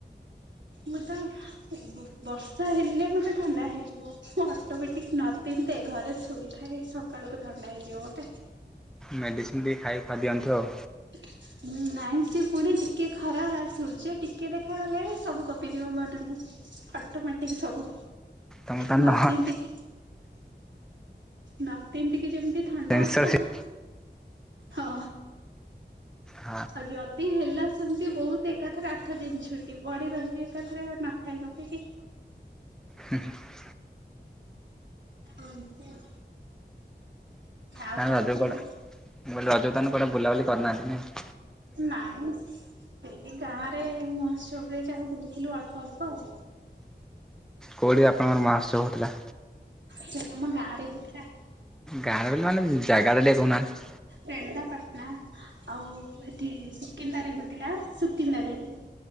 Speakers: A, on the right; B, in the centre.
A: ମୁଁ ତ ବ ବର୍ଷା ହେଲେ ମତେ ଥଣ୍ଡା ହେଇଯିବ। ମୁଁ ଅଟୋମେଟିକ ନତିନ୍ଧେ ଘରେ ଶୋଇଥାଏ ସକାଳକୁ ଥଣ୍ଡା ହେଇଯିବ ମୋତେ।
B: ମେଡ଼ିସିନ ଟିକେ ଖାଇ ଖୁଇ ଦିଅନ୍ତୁ ଆଉ।
A: <inaudible> ଉଁ ନାଇଁ ସିଏ ପୁଣି ଟିକେ ଖରା ସୂର୍ଯ୍ୟ ଟିକେ ଦେଖାଗଲେ ସବୁ କମି ଯିବ ମାନେ ମୁଁ। ଅଟୋମେଟିକ ସବୁ।
B: ତମେ ତା
A: ନ
B: ହେଲେ ନୁହଁ।
A: ତିନ୍ତିକି ନ ତିନ୍ତି କି ଯେମିତି ଥଣ୍ଡା
B: ସେନ୍ସରସିପ
A: ହଉ ହଁ
B: ହଁ
A: ଆଉ ଯଦି ହେଲା ସେମିତି ବହୁତ ଏକାଥରେ ଆଠ ଦିନ ଛୁଟି ପଡି ରହିବି ଏକାଥରେ ନ ଖାଇ ନ ପିଇକିି।
B: ହୁଁ ହୁଁ।
A: ଏମିତି ଆଉ। ଆଉ
B: କାଇଁ
A: କଣ
B: ରଜ
A: କହୁଛ
B: ରେ କୁଆଡେ ମୁଁ କଇଲି ରଜ ରେ ତାହେନେ କୁଆଡେ ବୁଲାବୁଲି କରି ନାହାନ୍ତି ନାଇ।
A: ନାଇଁ। ସେଇ ଗାଁ ରେ ମହୋତ୍ସବରେ ଯାହା ବୁଲିଥିଲୁ ଅଳ୍ପ ଅଳ୍ପ ଆଉ।
B: କୋଉଁଠି ଆପଣଙ୍କର ମହୋତ୍ସବ ହଉଥିଲା?
A: ହେଇ ଆମ ଗାଁରେ ହେଇଥିଲା।
B: ଗାଁ ରେ ବେଲି ମାନେ ଜାଗା ଟା ଟିକେ କହୁ ନାହାନ୍ତି।
A: ରେନ୍ଦାପାଟଣା ଆଉ ଏଠି ସୁକିନ୍ଦାରେ ହେଉଥିଲା, ସୁକିନ୍ଦା ଯାଇଥିଲି।